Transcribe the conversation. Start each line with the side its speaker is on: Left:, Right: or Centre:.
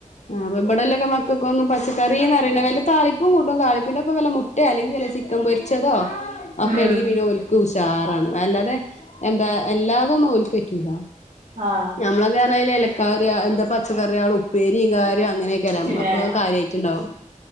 Left: ആ ഇബ് ഇബ്ടല്ലെക്കെ മക്കക്കൊന്നും പച്ചക്കറീന്ന് പറയ്ന്നാത് വല്ല താളിപ്പും കൂട്ടും താളിപ്പിന്റൊപ്പ വല്ല മു ട്ട അല്ലെങ്കിൽ വല്ല ചിക്കൻ പൊരിച്ചതോ ഒക്കൊയാണെങ്കി
Right: ഉം
Left: പിനോൽ ക്കുഷാറാണ് അല്ലാതെ എന്താ എല്ലാതുംന്നും ഓൽക്കു പറ്റൂല
Right: ആഹ്
Left: നമ്മളക്കെന്നെലെലക്കറിയ എന്താ പച്ചക്കറികള് ഉപ്പേരീം കാര്യോം അങ്ങനെയൊക്കെരാ നമ്മളപ്പം
Right: പിന്നെ
Left: കാര്യായി റ്റ്ണ്ടാവും